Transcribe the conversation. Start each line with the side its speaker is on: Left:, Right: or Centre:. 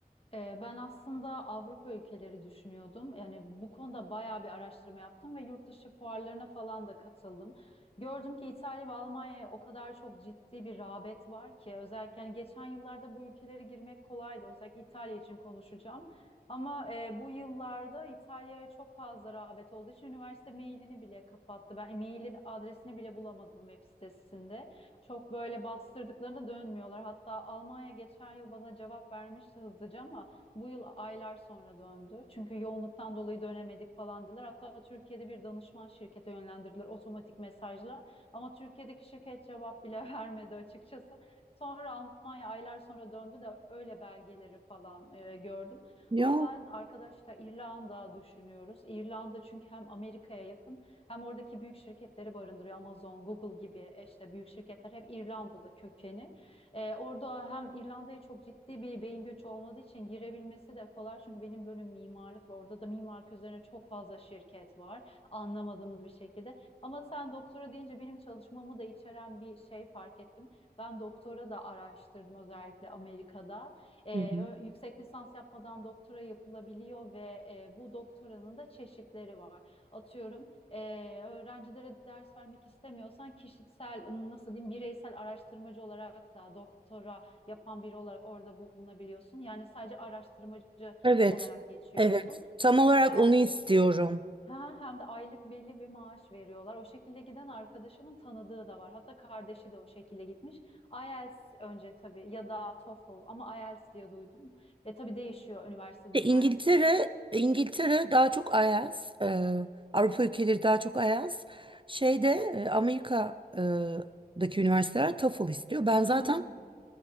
Left: Ee, Ben aslında Avrupa ülkeleri düşünüyordum. Yani bu konuda bayağı bir araştırma yaptım ve yurt dışı fuarlarına falan da katıldım. Gördüm ki İtalya ve Almanya'ya o kadar çok ciddi bir rağbet var ki özellikle yani geçen yıllarda bu ülkelere girmek kolaydı. Özellikle İtalya için konuşacağım. Ama e, bu yıllarda İtalya'ya çok fazla rağbet olduğu için üniversite mailini bile kapattı. Ben mailin adresini bile bulamadım web sitesinde. Çok böyle bastırdıklarında dönmüyorlar. Hatta Almanya geçen yıl bana cevap vermişti hızlıca ama bu yıl aylar sonra döndü. Çünkü yoğunluktan dolayı dönemedik falan dediler. Hatta Türkiye'de bir danışman şirkete yönlendirdiler otomatik mesajla. Ama Türkiye'deki şirket cevap bile <laughs> vermedi açıkçası. Sonra Almanya aylar sonra döndü de öyle belgeleri falan e, gördüm.
Right: Ya.
Left: Ama ben arkadaşlar İrlanda düşünüyoruz. İrlanda çünkü hem Amerika'ya yakın hem oradaki büyük şirketleri barındırıyor. Amazon, Google gibi e, işte büyük şirketler hep İrlanda'da kökeni. Ee, orada hem İrlanda'ya çok ciddi bir beyin göçü olmadığı için girebilmesi de kolay. Çünkü benim bölüm mimarlık ve orada da mimarlık üzerine çok fazla şirket var. Anlamadığımız bir şekilde. Ama sen doktora deyince benim çalışmamı da içeren bir şey fark ettim. Ben doktora da araştırdım özellikle Amerika'da. Ee,
Right: Hı hı.
Left: ö- yüksek lisans yapmadan doktora yapılabiliyor ve e, bu doktoranın da çeşitleri var. Atıyorum ee, öğrencilere ders vermek istemiyorsan kişisel ım, nasıl diyeyim bireysel araştırmacı olarak da doktora yapan biri olarak orada bulunabiliyorsun. Yani sadece araştırmacı
Right: Evet.
Left: olarak geçiyorsun
Right: Evet. Tam olarak
Left: ve a-
Right: onu istiyorum.
Left: ha, hem de aylık belli bir maaş veriyorlar. O şekilde giden arkadaşımın tanıdığı da var. Hatta kardeşi de o şekilde gitmiş. IELTS önce tabii ya da TOEFL ama IELTS diye duydum. Ve tabii değişiyor üniversiteden
Right: E,
Left: üniversiteye.
Right: İngiltere, İngiltere daha çok ayaz. e, Avrupa ülkeleri daha çok ayaz. Şeyde e, Amerika'daki üniversiteler TOEFL istiyor. Ben zaten
Left: Hmm.